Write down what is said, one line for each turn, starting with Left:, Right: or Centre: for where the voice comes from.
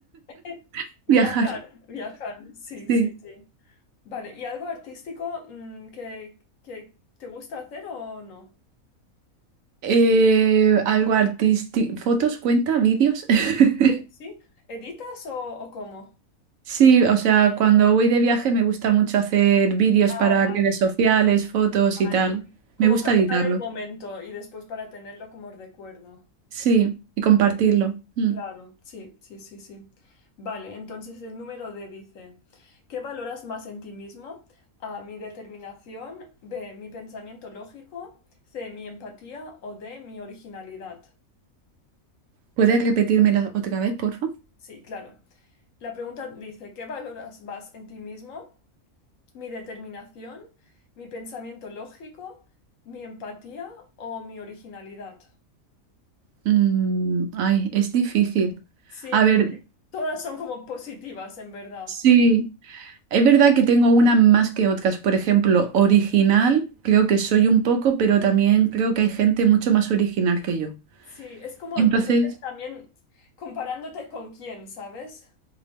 Left: <laughs>
Right: <laughs>
Left: Viajar,
Right: viajar,
Left: viajar, sí,
Right: sí.
Left: sí, sí. Vale, ¿y algo artístico mm, que, que te gusta hacer o no?
Right: Eh, algo artístico. ¿Fotos cuenta? ¿Vídeos? <laughs>
Left: Sí, sí. ¿Editas o, o cómo?
Right: Sí, o sea, cuando voy de viaje me gusta mucho hacer vídeos
Left: Ah,
Right: para
Left: vale,
Right: redes sociales, fotos
Left: vale.
Right: y tal.
Left: Como
Right: Me gusta
Left: captar
Right: editarlos.
Left: el momento y después para tenerlo como recuerdo.
Right: Sí, y compartirlo. Mm.
Left: Claro, sí, sí, sí, sí. Vale, entonces el número D dice, ¿qué valoras más en ti mismo? A, mi determinación, B, mi pensamiento lógico, C, mi empatía o D, mi originalidad.
Right: ¿Puedes repetírmela otra vez, por favor?
Left: Sí, claro. La pregunta dice, ¿qué valoras más en ti mismo? mi determinación, mi pensamiento lógico, mi empatía o mi originalidad.
Right: Mm, ay, es difícil.
Left: Sí,
Right: A
Left: porque
Right: ver,
Left: todas son como positivas en verdad.
Right: sí, es verdad que tengo unas más que otras. Por ejemplo, original, creo que soy un poco, pero también creo que hay gente mucho más original que yo.
Left: Sí, es como
Right: Entonces,
Left: depende también comparándote con quién, ¿sabes?